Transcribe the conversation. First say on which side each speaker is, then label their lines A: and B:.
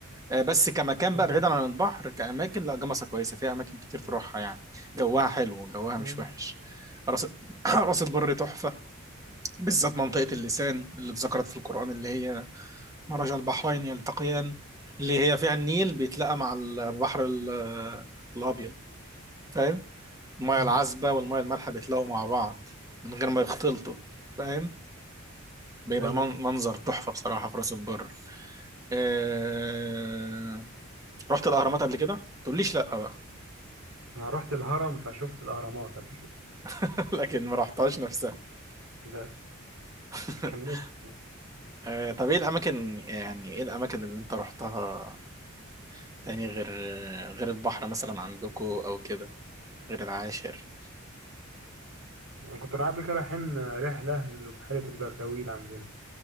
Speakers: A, on the right; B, on the right.
A: آه، بس كمكان
B: مم،
A: بقى بعيدا عن البحر كأماكن لا جمصة كويسة فيها أماكن كتير تروحها يعني جوها حلو جوها
B: مم،
A: مش وحش راس <coughs> <clears throat> راس البر تحفة بالذات منطقة اللسان اللي اتذكرت في القرآن اللي هي مرج البحرين يلتقيان اللي هي فيها النيل بيتلاقى مع البحر ال- الأبيض فاهم المياه
B: مم.
A: العذبة والمياه المالحة بيتلاقوا مع بعض من غير ما يختلطوا فاهم بيبقى
B: أيوة
A: من- منظر تحفة بصراحة في راس البر آه، رحت الاهرامات قبل كده؟ تقوليش لا بقى
B: أنا رحت الهرم فشفت الأهرامات قبل كده
A: <laughs> لكن ما رحتهاش نفسها
B: ده
A: <laughs>
B: كان نفسي
A: آه، طب ايه الاماكن يعني ايه الاماكن اللي انت رحتها تاني غير غير البحر مثلا عندكو او كده غير العاشر
B: أنا كنت قبل كده رايحين رحلة لبحيرة البردويل عندنا